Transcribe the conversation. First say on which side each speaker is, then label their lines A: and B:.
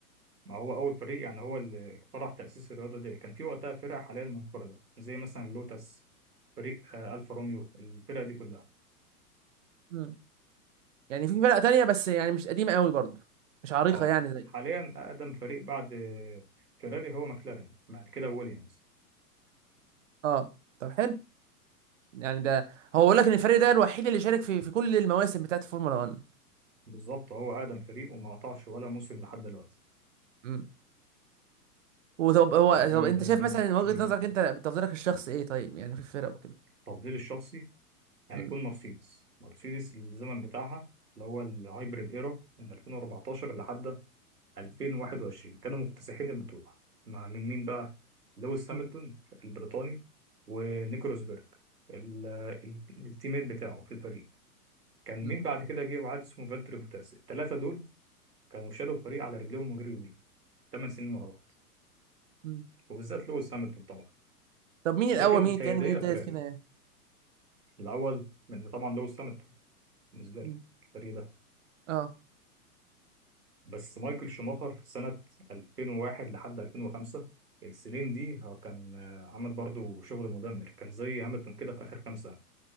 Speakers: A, on the right; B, on the right.
A: ما هو اول فريق يعني هو اللي اخترع تاسيس الرياضه دي كان في وقتها فرق حاليا منقرضه زي مثلا لوتس فريق آه، الفا روميو الفرقه دي كلها
B: مم. يعني في فرقة تانية بس يعني مش قديمة قوي برضه مش عريقة
A: اه
B: يعني زي
A: حاليا اقدم فريق بعد آه، فيراري هو ماكلارين بعد كده ويليامز
B: اه طب حلو يعني ده هو بيقول لك ان الفريق ده الوحيد اللي شارك في في كل المواسم بتاعت الفورمولا 1
A: بالظبط هو اقدم فريق وما قطعش ولا موسم لحد دلوقتي
B: امم وطب هو
A: فدي
B: طب انت
A: ده
B: شايف
A: انجاز
B: مثلا من وجهة
A: كبير جدا
B: نظرك انت بتفضيلك الشخصي ايه طيب يعني في الفرق وكده
A: تفضيلي الشخصي هيكون
B: امم
A: مرسيدس مرسيدس الزمن بتاعها اللي هو الهايبريد ايرا من 2014 لحد 2021 كانوا مكتسحين البطوله مع من مين بقى لويس
B: مم.
A: هامilton البريطاني ونيكو روزبرج ال- ال- التيميت بتاعه في الفريق كان
B: مم.
A: مين بعد كده جه واحد اسمه فالتري بوتاس الثلاثه دول كانوا شالوا الفريق على رجليهم وجريوا بيه 8 سنين ورا بعض
B: مم.
A: وبالذات لويس هامilton طبعا
B: طب مين
A: لكن
B: الاول مين
A: حياديه
B: التاني مين التالت
A: فيراري
B: كده يعني
A: الاول من طبعا لويس هامilton بالنسبه
B: مم.
A: لي الفريق ده
B: اه
A: بس مايكل شوماخر سنه 2001 لحد 2005 السنين دي هو كان آه، عمل برضو شغل مدمر كان زي هاملتون كده في اخر كام سنه